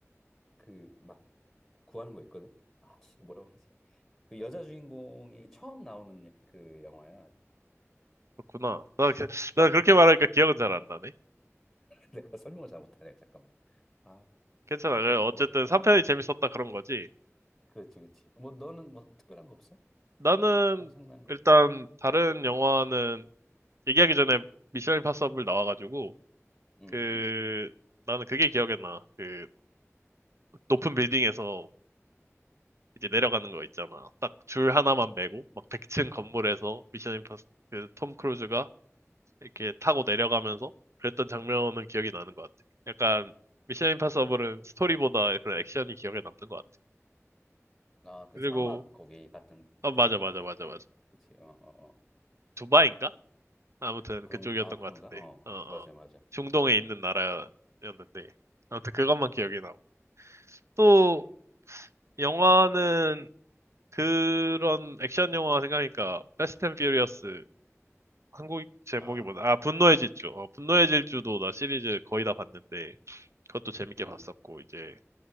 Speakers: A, in the centre; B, on the right.
A: 그 막 구하는 거 있거든. 아 씨, 이거 뭐라 그러지? 그 여자 주인공이 처음 나오는 그 영화야.
B: 그렇구나. 나, 그-
A: <laughs>
B: 나 그렇게 말하니까 기억은 잘 안 나네.
A: 내가 설명을 잘 못하네. 잠깐만. 아,
B: 괜찮아. 그래, 어쨌든
A: 아, 뭐, 어,
B: 3편이
A: 어.
B: 재밌었다 그런 거지.
A: 그렇지, 그렇지. 뭐 너는 뭐 특별한 거 없어?
B: 나는
A: 따로 생각나는 거?
B: 일단 다른 영화는 얘기하기 전에 미션 임파서블 나와가지고
A: 응,
B: 그
A: 응.
B: 나는 그게 기억에 나. 그 높은 빌딩에서 이제 내려가는 거 있잖아. 딱 줄 하나만 메고 막 100층 건물에서 미션 임파서블 그톰 크루즈가 이렇게 타고 내려가면서 그랬던 장면은 기억이 나는 것 같아. 약간 미션 임파서블은 스토리보다 그런 액션이 기억에 남는 것 같아.
A: 아, 그
B: 그리고
A: 사막 거기 같은
B: 아 맞아
A: 된 거
B: 맞아
A: 같다.
B: 맞아 맞아.
A: 그렇지. 어, 어, 어.
B: 두바이인가? 아무튼
A: 그런
B: 그쪽이었던
A: 아 그런가?
B: 것 같은데.
A: 어,
B: 어 어.
A: 맞아, 맞아.
B: 중동에 있는 나라였는데 아무튼 그것만 기억이 나고. 또 영화는 그런 액션 영화 생각하니까 패스트 앤 퓨리어스 한국 제목이
A: 아,
B: 뭐다아 분노의 질주. 어, 분노의 질주도 나 시리즈 거의 다 봤는데 그것도 재밌게
A: 음.
B: 봤었고 이제